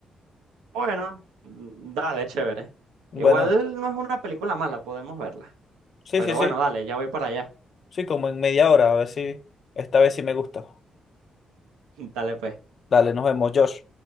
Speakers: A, on the right; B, on the left.
A: Bueno, mm, dale, chévere.
B: Bueno,
A: Igual no es una película mala, podemos verla.
B: sí,
A: Pero
B: sí, sí,
A: bueno, dale, ya voy para allá.
B: sí, como en media hora, a ver si esta vez sí me gusta.
A: <laughs> Dale, pues.
B: Dale, nos vemos, Josh.